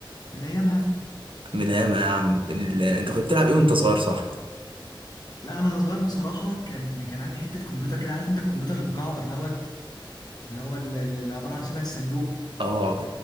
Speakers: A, on the left; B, on the right.
A: من ايامها
B: من ايام يا عم ال- انت كنت بتلعب ايه وانت صغير صح
A: لا انا صغير بصراحه كان كان عندي حته كمبيوتر كده عارف انت الكمبيوتر المكعبر دوت اللي هو اللي اللي عباره عن شبه الصندوق
B: اه